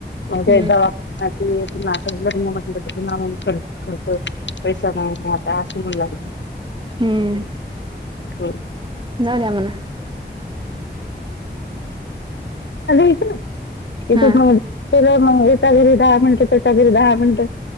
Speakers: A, on the left; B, on the right.
A: म्ह
B: हम्म
A: दवा. ते त लग् म्हटलं तर पुहा कर. खर्च पैसा नाही आता अस म्हण लागले.
B: हम्म.
A: ह.
B: जाऊ द्या म्हणा
A: एकठ. <inaudible>
B: हा
A: केलं मग एका घरी दहा मिनिटं त्याच्या घरी दहा मिनिटं